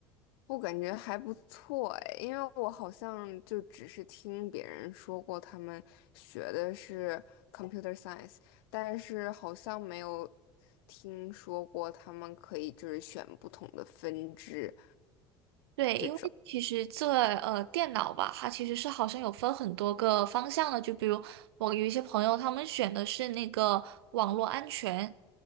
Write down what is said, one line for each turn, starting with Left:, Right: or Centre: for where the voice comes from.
Left: 我感觉还不错哎，因为我好像就只是听别人说过他们学的是 computer science，但是好像没有听说过他们可以就是选不同的分支
Right: 对，
Left: 这种。
Right: 因为其实这呃电脑吧，它其实是好像有分很多个方向的，就比如我有一些朋友，他们选的是那个网络安全，